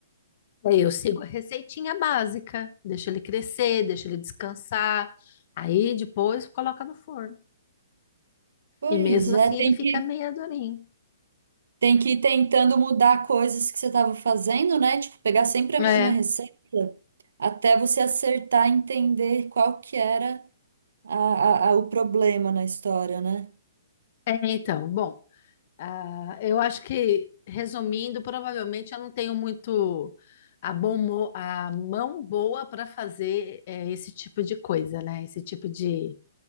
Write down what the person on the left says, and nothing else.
Daí eu sigo a receitinha básica, deixo ele crescer, deixo ele descansar. Aí depois coloca no forno.
E mesmo
assim
ele fica
meio durinho.
É,
é então, bom, ah, eu acho que, resumindo, provavelmente eu não tenho muito a, bom mo- a mão boa para fazer eh, esse tipo de coisa, né? Esse tipo de